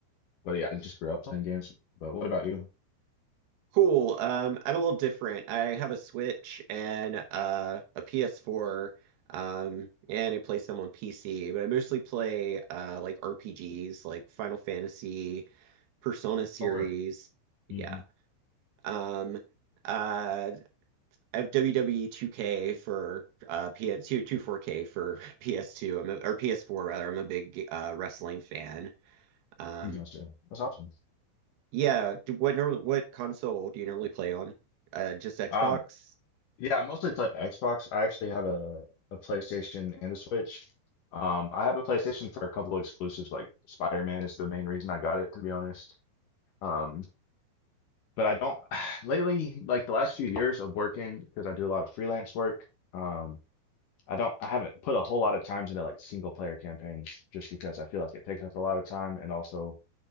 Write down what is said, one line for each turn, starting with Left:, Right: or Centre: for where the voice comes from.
Left: But yeah, I just grew up playing games. But what about you?
Right: Cool. Um, I'm a little different. I have a Switch and uh, a PS4, um, and I play some on PC, but I mostly play uh, like RPGs, like Final Fantasy, Persona series.
Left: Oh, word.
Right: Yeah.
Left: Mm-hmm.
Right: Um, uh, I have WWE 2K for uh, PS2, 24K for <laughs> PS2, I'm a, or PS4 rather. I'm a big uh, wrestling fan. Um,
Left: You gotcha. That's awesome.
Right: yeah, what what console do you normally play on? Uh, just Xbox?
Left: Um,
Right: <clears throat>
Left: yeah, I mostly play Xbox. I actually have a a PlayStation and a Switch. Um, I have a PlayStation for a couple of exclusives, like Spider-Man is the main reason I got it, to be honest. Um, but I don't <sighs> lately, like the last few years of working, because I do a lot of freelance work. Um, I don't, I haven't put a whole lot of times into like single player campaigns just because I feel like it takes up a lot of time. And also,